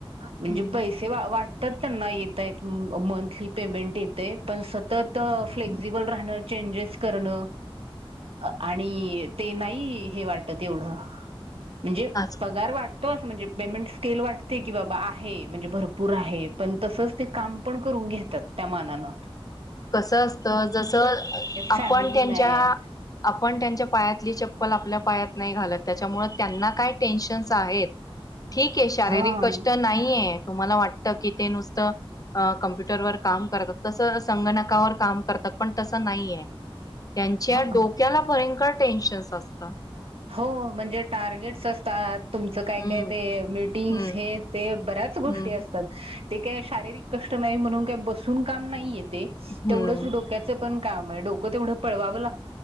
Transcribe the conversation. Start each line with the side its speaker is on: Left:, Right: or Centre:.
Right: म्हणजे
Left: हम्म
Right: पैसे वा वाट. सतत त्यांना येतय मंथली पेमेंट येते. पण सतत फ्लेक्झिबल राहणं चेंजेस करण आणि ते नाही हे वाटत एवढं. म्हणजे. <unintelligible>
Left: आज
Right: म्हणजे पेमेंट स्केल वाटते, की बाबा आहे म्हणजे भरपूर आहे. पण तसच ते काम पण करून घेतात त्या मनान,
Left: कस असत जस आपण
Right: फॅमिली
Left: त्यांच्या
Right: नाही
Left: आपण त्यांच्या पायात. चप्पल आपल्या पायात नाही घालत, त्याच्यामुळे त्यांना काय टेन्शन्स आहेत. ठीक आहे शारीरिक
Right: हा
Left: कष्ट नाहीये. तुम्हाला वाटत की ते नुसतं अ कॉम्प्युटर वर काम करतात तस असं. संगणकावर काम करतात, पण तसं नाहीये. त्यांच्या
Right: ह
Left: डोक्याला भयंकर. टेन्शश असत.
Right: हो म्हणजे टार्गेटस असतात तुमचं काय
Left: हम्म
Right: काय ते मिटिंग्स
Left: हम्म
Right: हे ते बऱ्याच गोष्टी
Left: हम्म
Right: असतात. ते काही शारीरिक कष्ट नाही, म्हणून काय बसून काम नाहीयेत. ते तेवढं
Left: हम्म
Right: डोक्याच पण. काम आहे डोकं 'तेवढं पळवावं लागत,